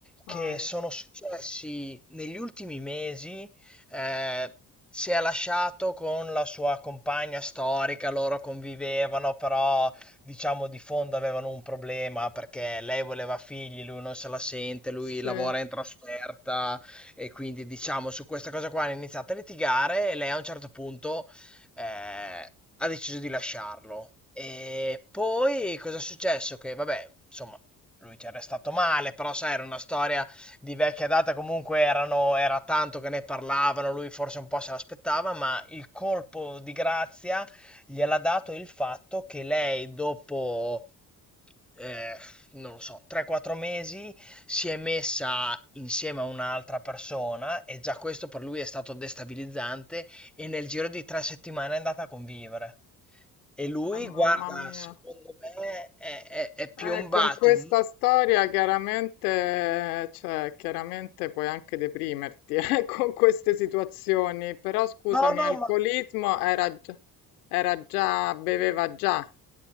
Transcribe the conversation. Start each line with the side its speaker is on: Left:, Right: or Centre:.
Left: ah,
Centre: che sono
Left: eh,
Centre: successi negli ultimi mesi. eh, si è lasciato con la sua compagna storica, loro convivevano, però diciamo di fondo avevano un problema perché lei voleva figli, lui non se la sente, lui
Left: sì,
Centre: lavora
Left: eh,
Centre: in trasferta. E quindi, diciamo, su questa cosa qua hanno iniziato a litigare e lei a un certo punto eh, ha deciso di lasciarlo. E poi cosa è successo? Che, vabbè, insomma, lui ci è restato male, però sai, era una storia di vecchia data, comunque erano, era tanto che ne parlavano, lui forse un po' se l'aspettava, ma il colpo di grazia gliel'ha dato il fatto che lei dopo eh, non lo so, 3-4 mesi, si è messa insieme a un'altra persona e già questo per lui è stato destabilizzante e nel giro di tre settimane è andata a convivere. E lui, guarda,
Left: mamma mia.
Centre: secondo me è, è- è piombato
Left: Eh, con questa
Centre: in...
Left: storia chiaramente, cioè, chiaramente puoi anche deprimerti, <laughs> eh, con queste situazioni, però scusami,
Centre: No, no,
Left: alcolismo
Centre: ma
Left: era, gi- era già, beveva già.